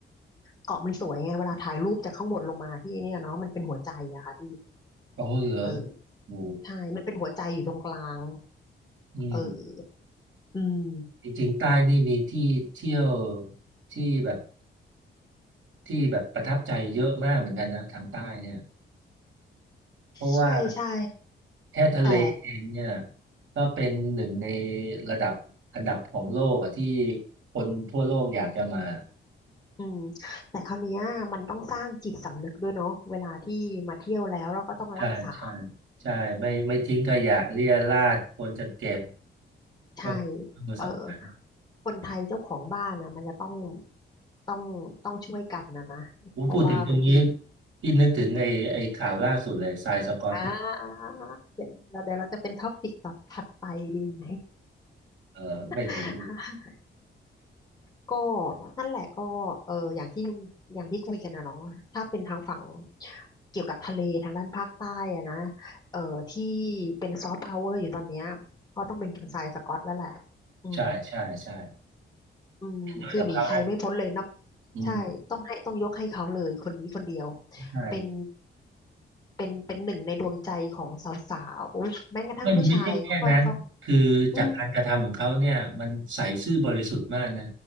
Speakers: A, on the left; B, on the right.
A: เกาะมันสวยไงเวลาถ่ายรูปจากข้างบนลงมาที่เนี่ยเนาะมันเป็นหัวใจอะค่ะพี่
B: ๆอ๋อเหรอ
A: เออ
B: โอ้
A: ใช่มันเป็นหัวใจอยู่ตรงกลาง
B: อืม
A: เออ อืม
B: จริงๆใต้นี่มีที่เที่ยวที่แบบที่แบบประทับใจเยอะมากเหมือนกันนะทางใต้เนี่ยเพราะว่า
A: ใช่ใช่
B: แค่ทะเลเองเนี่ย
A: แต่
B: ก็เป็นหนึ่งในระดับอันดับของโลกอะที่คนทั่วโลกอยากจะมา
A: อืมแต่คราวเนี้ยมันต้องสร้างจิตสำนึกด้วยเนาะเวลาที่มาเที่ยวแล้วเราก็ต้องรักษา
B: ใช่ใช่ใช่ไม่ไม่ทิ้งขยะเรี่ยราดควรจะเก็บ
A: ใช่
B: ควรควรสำคัญ
A: เออคนไทยเจ้าของบ้านนะมันจะต้องต้องต้องช่วยกันนะนะเพราะว่าบางที
B: ผมพูดถึงตรงนี้ที่นึกถึงไอ้ไอ้ข่าวล่าสุดเลยทรายสกอต
A: อ่าอ่าอ่าเดี๋ยวเราเดี๋ยวเราจะเป็นท็อปิกต่อถัดไปดีไหม
B: <laughs> เออไม่เลว
A: <laughs> ก็นั่นแหละก็เอออย่างที่อย่างที่คุยกันนะเนาะถ้าเป็นทางฝั่งเกี่ยวกับทะเลทางด้านภาคใต้อะนะเออที่เป็นซอฟต์พาวเวอร์อยู่ตอนเนี้ยก็ต้องเป็นคุณทรายสกอตแล้วแหละอืม
B: ใช่ใช่ใช่
A: อืมคือหนีใครไม่พ้นเลยเนาะ
B: ด้วยกับเขานะอืม
A: ใช่ต้องให้ต้องยกให้เขาเลยคนนี้คนเดียว
B: ใช่
A: เป็นเป็นเป็นหนึ่งในดวงใจของสาวๆแม้กระทั่งผู้ชายเขาก็เขา
B: ไม่ไม่ใช่แค่นั้นคือจากการกระทำของเขาเนี่ยมันใสซื่อบริสุทธิ์มากนะ
A: อืม